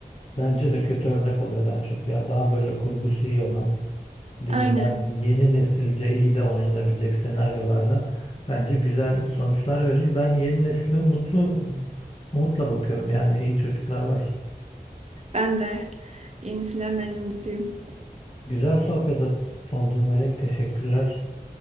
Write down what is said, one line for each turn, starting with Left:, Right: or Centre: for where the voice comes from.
Left: Bence de kötü örnek oluyor daha çok ya. Daha böyle kurgusu iyi olan diziler
Right: Aynen.
Left: yeni nesilce iyi de oynanabilecek senaryolarla bence güzel sonuçlar verir. Ben yeni nesile umutlu umutla bakıyorum. Yani iyi çocuklar var.
Right: Ben de. Yenisinden bence mutluyum.
Left: Güzel sohbet oldu Melek. Teşekkürler.